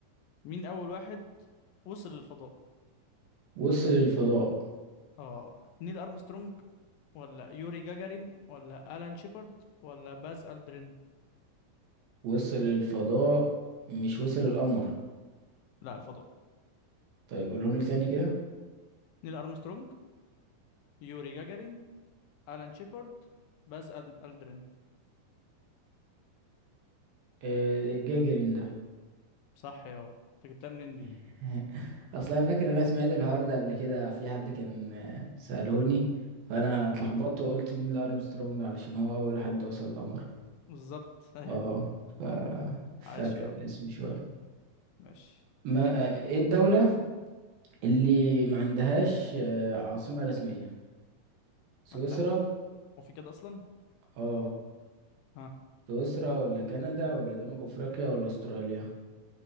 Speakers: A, on the left; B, on the right.
A: مين أول واحد وصل للفضاء
B: وصل الفضاء
A: اه نيل ارمسترونج ولا يوري جاجارين ولا الان شيبرد ولا باز الدرين
B: وصل الفضاء مش وصل القمر
A: لا الفضاء
B: طيب قولهم لي تاني كده
A: نيل ارمسترونج يوري جاجارين الان شيبرد باز أل- الدرين
B: آه، الجاجرين ده
A: صح يا انت جبتها منين
B: <laughs>
A: دي
B: اصل انا فاكر ان انا سمعت الحوار ده قبل كده في حد كان آه، سالهوني فانا اتلخبطت
A: اه
B: وقلت نيل ارمسترونج علشان هو اول حد وصل القمر
A: بالظبط <laughs> ايوه
B: اه ف... فاكر
A: عاش يا
B: الاسم شويه
A: ماشي
B: ما آه، ايه الدوله اللي ما عندهاش آه، عاصمه رسميه سويسرا
A: الله هو في كده اصلا
B: اه
A: ها
B: سويسرا ولا كندا ولا جنوب افريقيا ولا استراليا